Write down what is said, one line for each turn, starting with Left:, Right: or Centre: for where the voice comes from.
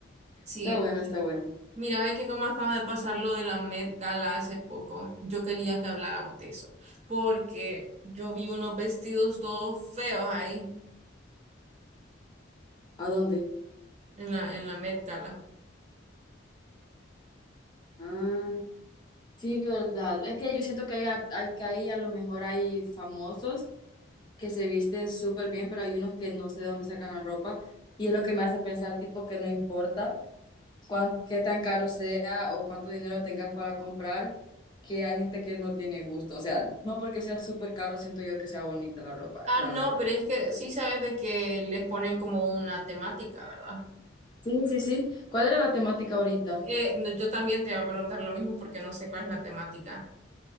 Right: Sí,
Left: está
Right: entonces-
Left: bueno, está bueno.
Right: mira, ve que como acaba de pasar lo de la Met Gala hace poco, yo quería que habláramos de eso, porque yo vi unos vestidos todos feos ahí
Left: ¿A dónde?
Right: en la, en la Met Gala.
Left: Ah, sí, verdad, es que yo siento que hay, a- hay que ahí a lo mejor hay famosos que se visten súper bien, pero hay unos que no sé de dónde sacan la ropa y es lo que me hace pensar tipo que no importa cuán- qué tan caro sea o cuánto dinero tengas para comprar, que hay gente que no tiene gusto. O sea, no porque sea súper caro, siento yo que sea bonita la ropa,
Right: Ah,
Left: la
Right: no,
Left: verdad.
Right: pero es que sí sabes de que les ponen como una temática, ¿verdad?
Left: Sí, sí, sí. ¿Cuál era la temática ahorita?
Right: Eh, no, yo también te iba a preguntar lo mismo porque no sé cuál es la temática.